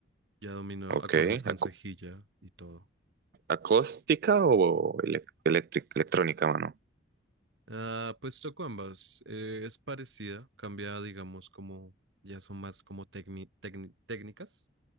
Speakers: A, on the right; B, on the right.
A: Ya domino acordes
B: Ok.
A: con
B: acú-
A: cejilla y todo.
B: ¿Acústica o elec- electric- electrónica, mano?
A: Ah, pues toco ambas. Eh, es parecida, cambia, digamos, como ya son más como tecni- tecni- técnicas